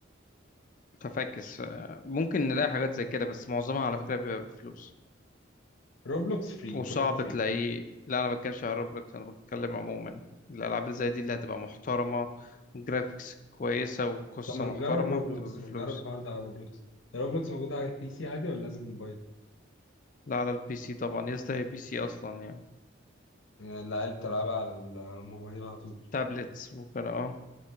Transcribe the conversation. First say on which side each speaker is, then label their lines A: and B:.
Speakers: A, on the left; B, on the left.
A: ففاكس آه، ممكن نلاقي حاجات زي كده بس معظمها على فكرة بيبقى بفلوس
B: روبلوكس فري
A: وصعب
B: كل حاجة فري
A: تلاقيه لا أنا بتكلمش على روبلوكس أنا بتكلم عموما الألعاب اللي زي دي اللي هتبقى محترمة وجرافيكس كويسة وقصة
B: طب ما نجرب
A: محترمة
B: روبلوكس
A: بتبقى بفلوس
B: ما نجرب الحوار ده على روبلوكس روبلوكس موجودة على البي سي عادي ولا لازم موبايل؟
A: لا على البي سي طبعا يا اسطى هي بي سي أصلا يعني
B: آه، العيال بتلعبها على الموبايل على طول
A: تابلتس وكده اه